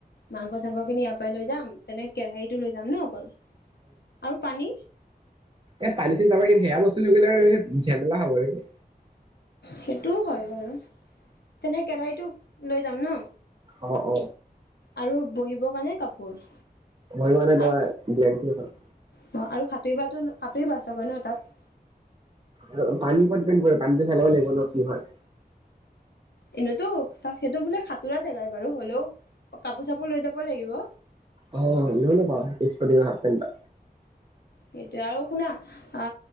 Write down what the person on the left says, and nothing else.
মাংস চাংস খিনি ইয়াৰ পৰা লৈ যাম তেনে কেৰাহীটো লৈ যাম ন অকল আৰু পানী
সেইটোও হয় বাৰু তেনে কেৰাহীটো লৈ যাম ন
আৰু বহিবৰ কাৰণে কাপোৰ।
আৰু
অ, আৰু সাঁতুৰি সতুৰিবা চাগৈ নহয় তাত।
এনেতো সেইটো বোলে সাঁতোৰা জেগাই বাৰু হ'লেও কাপোৰ চাপোৰ লৈ যাব লাগিব।
সেইটোয়ে আৰু শুনা অ